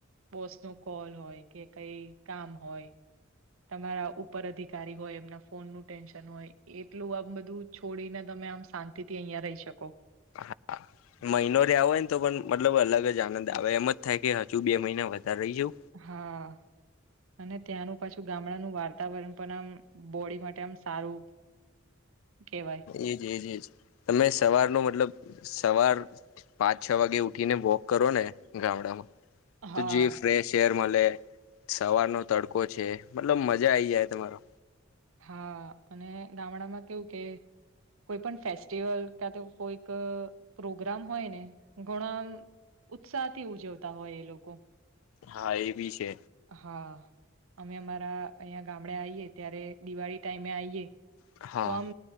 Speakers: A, on the right; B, on the left.
A: બોસ નો કોલ હોય કે કઈ કામ હોય તમારા ઉપર અધિકારી હોય એમના ફોન નું ટેન્શન હોય એટલું આમ બધું છોડીને તમે આમ શાંતિથી અહંયા રહી શકો
B: હા મહિનો ર્યાવો હોય ને તો પણ મતલબ અલગ જ આનંદ આવે એમ જ થાય કે હજુ બે મહિના વધ ત્યારે રહી જાઉ
A: હા અને ત્યાંનું પાછું ગામડાનું વાર્તાવરણ પણ આમ બોડી માટે આમ સારું. કેવાય
B: એજ એજ એજ તમે સવારનો મતલબ સવાર પાંચ છ વાગે ઉઠીને વોક કરોને ગામડામાં
A: હા
B: તો જે ફ્રેશ એર મલે સવારનો તડકો છે મતલબ મજા આઈ જાય તમારો
A: હા અને ગામડામાં કેવું કે કોઈ પણ ફેસ્ટિવલ કાતો કોઈક પ્રોગ્રામ હોય ને ઘણાન ઉત્સાહથી ઉજવતા હોય એ લોકો.
B: હા એ બી છે.
A: હા અમે અમારા અહિયાં ગામડે આઈએ ત્યારે દિવાળી ટાઈમે આ એ
B: હા
A: તો આમ